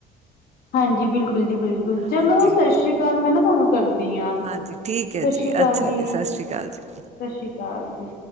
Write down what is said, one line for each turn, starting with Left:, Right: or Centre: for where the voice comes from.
Left: ਹਾਂਜੀ ਬਿਲਕੁਲ ਜੀ ਬਿਲਕੁਲ
Right: ਹਾਂਜੀ
Left: ਚਲੋ ਸਤਿ
Right: ਚਲੋ
Left: ਸ੍ਰੀ ਅਕਾਲ ਮੈਂ ਨਾ ਤੁਹਾਨੂੰ ਕਰਦੀ ਹਾਂ ਸਤਿ
Right: ਹਾਂਜੀ ਠੀਕ ਹੈ ਜੀ
Left: ਸ੍ਰੀ ਅਕਾਲ
Right: ਅੱਛਾ
Left: ਜੀ
Right: ਸਤਿ
Left: ਸਤਿ
Right: ਸ਼੍ਰੀ ਅਕਾਲ ਜੀ।
Left: ਸ੍ਰੀ ਅਕਾਲ ਜੀ।